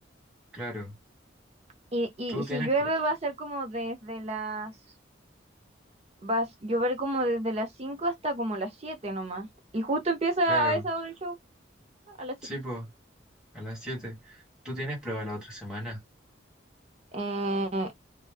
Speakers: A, in the centre; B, on the right.
A: claro,
B: Y, y
A: tú tienes,
B: si llueve
A: prue-
B: va a ser como desde las... Va a llover como desde las 5 hasta como las 7 nomás. Y justo empieza
A: claro,
B: a esa hora el show, a las
A: sí,
B: siete
A: pues, a las 7 tú tienes prueba la otra semana,
B: Eh,